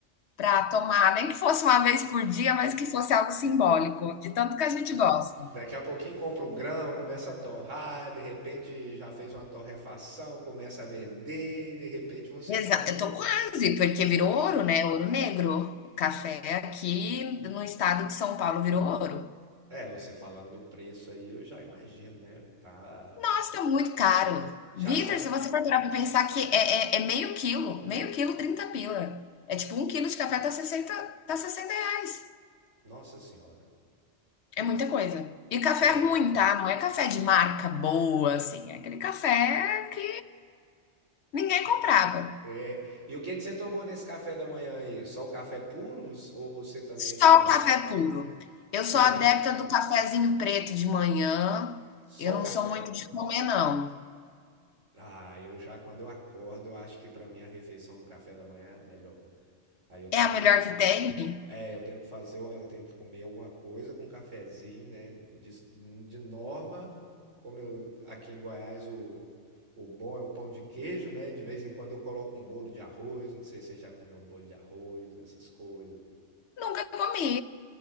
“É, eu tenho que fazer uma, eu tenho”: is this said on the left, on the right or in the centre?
Right